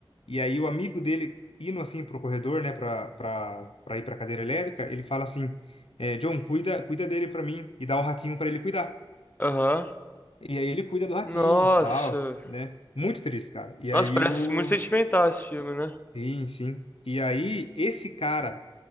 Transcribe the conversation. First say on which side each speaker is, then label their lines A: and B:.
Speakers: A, on the left; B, on the left.
A: E aí o amigo dele, indo assim pro corredor, né, pra, pra, pra ir pra cadeira elétrica, ele fala assim, é, John, cuida, cuida dele pra mim, e dá o ratinho pra ele cuidar.
B: aham.
A: E aí ele cuida do ratinho
B: Nossa.
A: e tal, né? Muito triste, cara. E
B: Nossa,
A: aí
B: parece
A: o...
B: muito sentimental esse filme, né?
A: Sim, sim. E aí esse cara